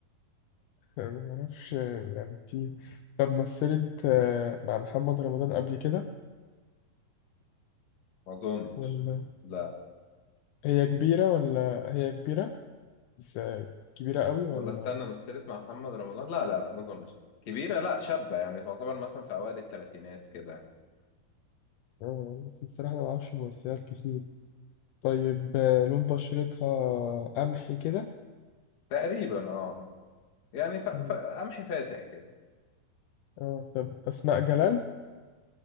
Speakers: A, on the left; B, on the left.
A: <laughs> معرفش آه، يعني كتير طب مثلت آه، مع محمد رمضان قبل كده
B: ما اظنش
A: ولا
B: لا
A: هي كبيرة ولا هي كبيرة بس آه، كبيرة قوي ولا
B: ولا استنى مثلت مع محمد رمضان لا لا لا ما اظنش كبيرة لا شابة يعني تعتبر مثلا في اوائل الثلاثينات كده
A: آه، بس بصراحة أنا معرفش ممثلات كتير طيب آه، لون بشرتها قمحي كده
B: تقريبا اه يعني ف... ف...
A: مم.
B: قمحي فاتح كده
A: اه طب أسماء جلال